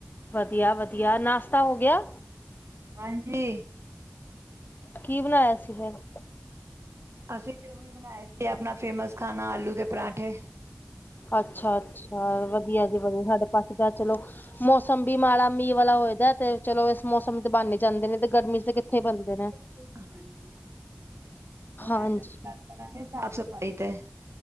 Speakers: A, on the left; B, on the right.
A: ਵਧੀਆ-ਵਧੀਆ ਨਾਸ਼ਤਾ ਹੋ ਗਿਆ।
B: ਹਾਂਜੀ।
A: ਕੀ ਬਣਾਇਆ ਸੀ ਫੇਰ।
B: ਅਸੀਂ ਤੇ ਉਹੀ ਬਣਾਏ ਸੀਗੇ। ਆਪਣਾ ਫੇਮਸ ਖਾਣਾ ਆਲੂ ਦੇ ਪਰਾਂਠੇ।
A: ਅੱਛਾ-ਅੱਛਾ। ਵਧੀਆ ਜੀ ਵਧੀਆ ਸਾਡੇ ਪਾਸੇ। ਤਾਂ ਚਲੋ, ਮੌਸਮ ਵੀ ਮਾੜਾ ਮੀਂਹ ਵਾਲਾ ਹੋਏ ਦਾ। ਤੇ ਚਲੋ ਇਸ ਮੌਸਮ ਤੇ ਬਣ ਹੀ ਜਾਂਦੇ ਨੇ। ਤੇ ਗਰਮੀ ਤੇ ਕਿੱਥੇ ਬਣਦੇ ਨੇਂ
B: ਠੀਕ। ਹਾਂਜੀ-ਹਾਂਜੀ। ਹੋਰ
A: ਹਾਂਜੀ
B: ਅੱਜ ਬਾਤ ਕਰਾਂਗੇ ਸਾਫ਼ ਸਫ਼ਾਈ ਤੇ।